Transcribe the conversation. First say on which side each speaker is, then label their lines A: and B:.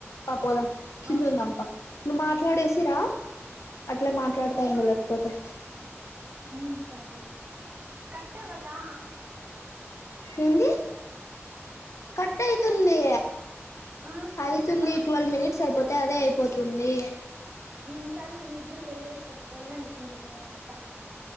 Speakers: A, on the left; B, on the right.
A: పా పోదాం కిందుందం
B: ఆ
A: ప నువ్ మాట్లాడేసి రా అట్లే మాట్లాడ్తా ఉండు
B: ఎవరు
A: లేకపోతే
B: ఉమ్ సర్లే కట్టవ్వదా
A: ఏంది? కట్ అయితుంది.
B: ఆ
A: అయితుంది ట్వల్వ్ మినిట్స్ అయిపో తే అదే అయిపోతుంది.
B: మ్ సర్లే మీ ఇద్దరు వెళ్లేేస్తాన్ వెళ్ళండి కిందికి నేన్ వస్తా.